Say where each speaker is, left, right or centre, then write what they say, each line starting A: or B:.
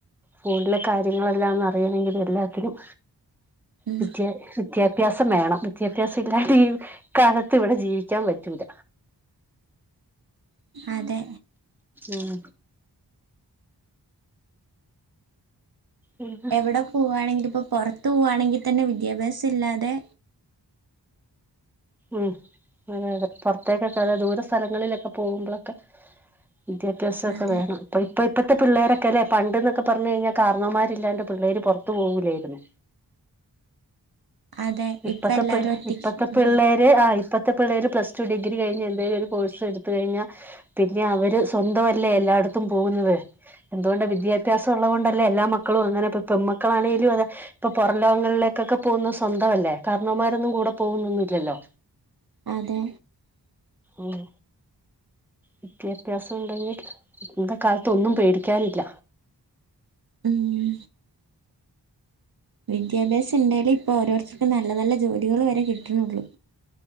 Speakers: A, in the centre; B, on the right.
A: ഫോണിലെ കാര്യങ്ങളെല്ലാംന്ന് അറിയണമെങ്കിൽ എല്ലാത്തിനും
B: ഉം
A: വിദ്യ വിദ്യാഭ്യാസം വേണം വിദ്യാഭ്യാസം ഇല്ലാത ഈ കാലത്ത് ഇവിടെ ജീവിക്കാൻ പറ്റൂല്ല
B: അതെ
A: ഉം പിന്നെ
B: എവിടെ പോകുവാണെങ്കിലും ഇപ്പോ പുറത്ത് പോവാണെങ്കിൽ തന്നെ വിദ്യാഭ്യാസം ഇല്ലാതെ
A: ഉം അതെ അതെ പുറത്തേക്കൊക്കെ അത ദൂര സ്ഥലങ്ങളിലൊക്കെ പോകുമ്പോഴൊക്കെ വിദ്യാഭ്യാസമൊക്കെ
B: അതെ
A: വേണം അപ്പൾ ഇപ്പോ ഇപ്പോഴത്തെ പിള്ളേൊക്ക അല്ലേ പണ്ടെന്നൊക്കെ പറഞ്ഞ കഴിഞ്ഞാൽ കാരണവമാരില്ലാണ്ട് പിള്ളേര് പുറത്ത് പോകൂല്ലായിരുന്നു
B: അതെ
A: ഇപ്പത്തെ
B: ഇപ്പ എല്ലാരും ഒറ്റക്ക്
A: ഇപ്പത്തെ പിള്ളേ
B: ഉം
A: ആ ഇപ്പത്തെ പിള്ളേര് പ്ലസ്ടു ഡിഗ്രി കഴിഞ്ഞു എന്തേലും ഒരു കോഴ്സ് എടുത്തു കഴിഞ്ഞാൽ പിന്നെ അവര് സ്വന്ത അല്ലേ എല്ലായിടത്തും പോകുന്നത് എന്തുകൊണ്ട് വിദ്യാഭാസം ഉള്ളത് കൊണ്ടല്ലേ എല്ലാ മക്കളും അങ്ങനെപ്പ പെൺമക്കളാണെങ്കലും അത് ഇപ്പൊ പുറം ലോകങ്ങളിലേക്കൊക്കെ പോകുന്ന സ്വന്തം അല്ലേ കാരണവമാരൊന്നും കൂടെ പോകുന്നൊന്നുമല്ലല്ലോ
B: അതെ
A: ഉം വിദ്യാഭ്യാസം ഉണ്ടെങ്കിൽ ഇ കാലത്ത് ഒന്നും പേടിക്കാനില്ല
B: ഉം വിദ്യാഭ്യാസം ഉണ്ടായാലെ ഇപ്പോൾ ഓരോരുത്തർക്കും നല്ല നല്ല ജോലികൾ വരെ കിട്ടുന്നുള്ളു